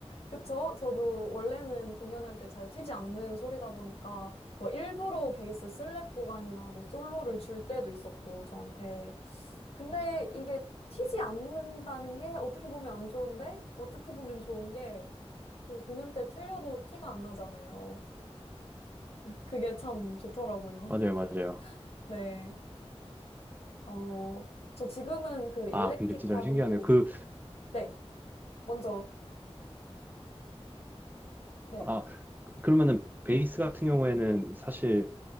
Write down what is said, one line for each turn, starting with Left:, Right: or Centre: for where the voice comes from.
Left: 그쵸? 저도 원래는 공연할 때 잘 튀지 않는 소리다 보니까, 뭐, 일부러 베이스 슬랩 구간이나 뭐, 솔로를 줄 때도 있었고, 저한테. 근데 이게 튀지 않는다는 게 어떻게 보면 안 좋은데, 어떻게 보면 좋은 게, 그 공연 때 틀려도 티가 안 나잖아요. 그게 참 좋더라고요.
Right: 맞아요,
Left: <laughs>
Right: 맞아요.
Left: 네. 어, 저 지금은 그 일렉
Right: 아, 근데
Left: 기타도,
Right: 진짜 신기하네요. 그,
Left: 네, 먼저, 네,
Right: 아, 그러면은 베이스 같은 경우에는 사실,